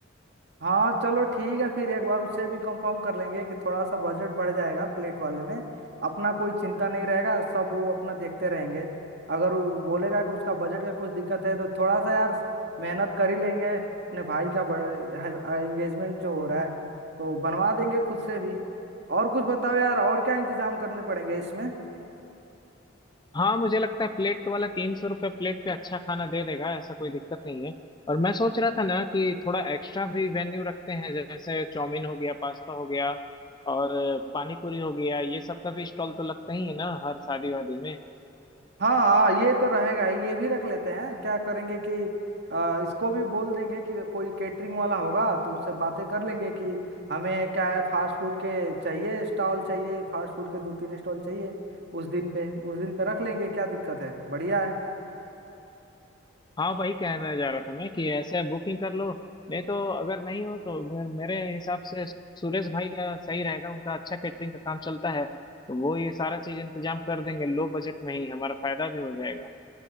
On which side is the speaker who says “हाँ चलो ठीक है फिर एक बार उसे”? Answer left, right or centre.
Right